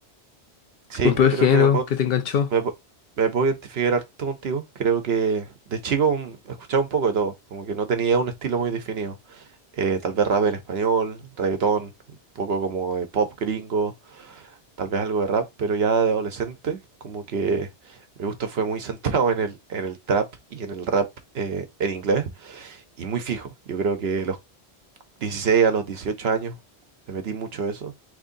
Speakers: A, on the right (about 70°); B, on the left (about 65°).
A: Sí,
B: un primer
A: creo
B: género
A: que me puedo,
B: que te enganchó.
A: me, pu- me puedo identificar harto contigo. Creo que de chico mm, escuchaba un poco de todo, como que no tenía un estilo muy definido. Eh, tal vez rap en español, reggaetón, un poco como de pop gringo, tal vez algo de rap, pero ya de adolescente, como que mi gusto fue muy <laughs> centrado en el, en el trap y en el rap eh, en inglés y muy fijo. Yo creo que los 16 a los 18 años me metí mucho eso